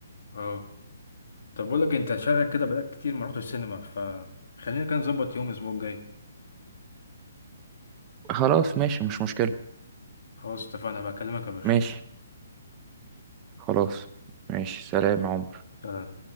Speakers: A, on the left; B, on the right.
A: اه طب بقول لك انت شغلك كده بقالك كتير ما رحتش السينما فخلينا كده نظبط يوم الاسبوع الجاي
B: خلاص ماشي مش مشكلة
A: خلاص اتفقنا بكلمك يا باشا
B: ماشي خلاص ماشي سلام يا عمر
A: سلام.